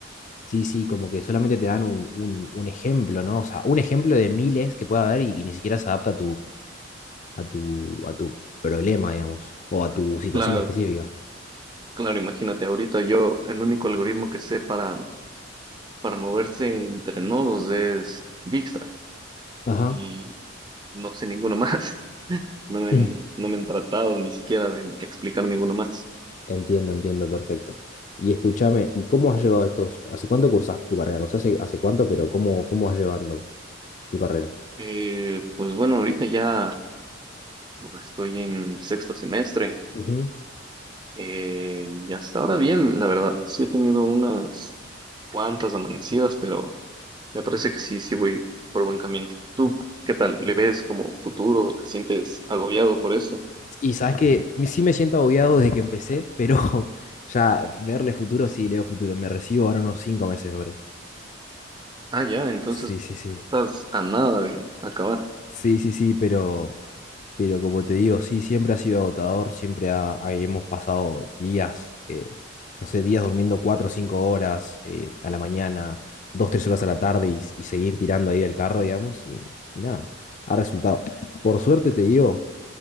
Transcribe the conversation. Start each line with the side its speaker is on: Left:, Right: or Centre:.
Left: Sí, sí, como que solamente te dan un, un- un ejemplo, ¿no? O sea, un ejemplo de miles que pueda haber y, y ni siquiera se adapta a tu, a tu problema, digamos, o a tu situación
Right: Claro,
Left: específica.
Right: Claro, imagínate, ahorita yo el único algoritmo que sé para, para moverse entre nodos es Dijkstra
Left: Ajá.
Right: y
Left: <laughs>
Right: no sé ninguno <laughs> más. No me han,
Left: Mm.
Right: no me han tratado ni siquiera de explicar ninguno más.
Left: Entiendo, entiendo, perfecto. Y escúchame, ¿y cómo has llevado estos? ¿Hace cuánto cursas tu carrera? No sé hace, hace cuánto, pero ¿cómo, cómo vas llevando tu carrera?
Right: Eh, pues bueno, ahorita ya estoy en sexto semestre
Left: Ujú.
Right: eh, y hasta ahora bien, la verdad. Sí he tenido unas cuantas amanecidas, pero me parece que sí, sí voy por buen camino. ¿Tú qué tal? ¿Le ves como futuro? ¿Te sientes agobiado por eso?
Left: Y sabes que me- sí me siento agobiado desde que empecé, pero <laughs> ya verle futuro, sí, leo futuro. Me recibo ahora unos cinco meses, me parece.
Right: Ah, ya, entonces
Left: Sí, sí, sí.
Right: estás a nada de acabar.
Left: Sí, sí, sí, pero Pero como te digo, sí, siempre ha sido agotador, siempre ha- ha- hemos pasado días, eh, no sé, días durmiendo cuatro o cinco horas eh, a la mañana, dos, tres horas a la tarde y, y seguir tirando ahí del carro, digamos, y, y nada, ha resultado. Por suerte te digo,